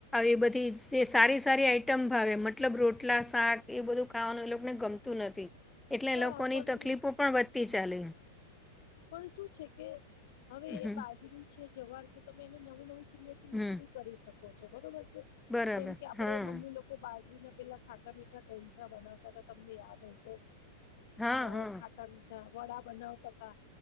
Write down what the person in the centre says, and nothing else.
એ બધી જે સારી સારી આઈટમ ભાવ મતલબ રોટલા શાક એ બધું ખાવાનું. ગમતું નથી એટલે
લોકોની
તકલીફો પણ વધતી ચાલી.
હમ
હમ.
બરાબર
હા
હા
હા